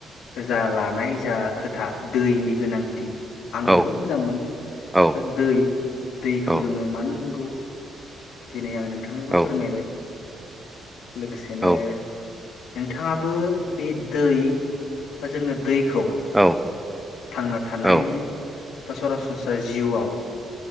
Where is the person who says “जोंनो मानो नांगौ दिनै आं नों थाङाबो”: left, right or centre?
Left